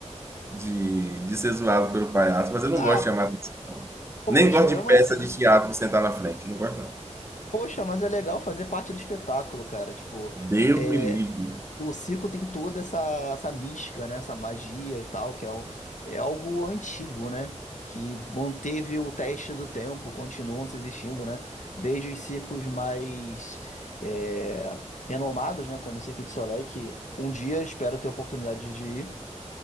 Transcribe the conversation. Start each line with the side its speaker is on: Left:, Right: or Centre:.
Right: de, de ser zoado pelo palhaço, mas eu não
Left: ah,
Right: gosto de chamar atenção.
Left: poxa,
Right: Nem gosto
Left: eu
Right: de peça
Left: assim.
Right: de teatro sentar na frente. Não gosto, não.
Left: Poxa, mas é legal fazer parte do espetáculo, cara. Tipo,
Right: Deus
Left: é,
Right: me livre.
Left: o circo tem toda essa, essa mística, né? Essa magia e tal, que é, o- é algo antigo, né? Que manteve o teste do tempo, continuam se existindo, né? Desde os circos mais é, renomados, né? Como o Cirque du Soleil, que um dia espero ter a oportunidade de ir.